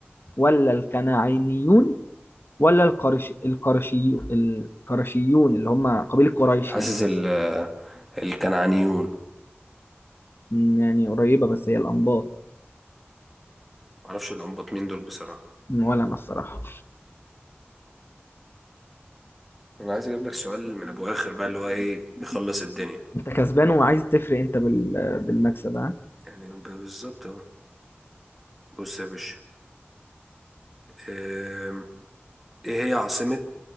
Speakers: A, on the left (about 60°); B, in the centre.
A: ولا الكنعانيون ولا القرش القرشيون القرشيون اللي هما قبيلة قريش
B: حاسس
A: يعني
B: ال آه، الكنعانيون
A: مم، يعني قريبة بس هي الأنباط
B: معرفش الأنباط مين دول بصراحة
A: ولا انا الصراحه
B: أنا عايز أجيب لك سؤال من أبو آخر بقى اللي هو إيه يخلص الدنيا
A: انت كسبان وعايز تفرق انت بال... بالمكسب ها
B: يعني ب- بالظبط أهو بص يا باشا آم، إيه هي عاصمة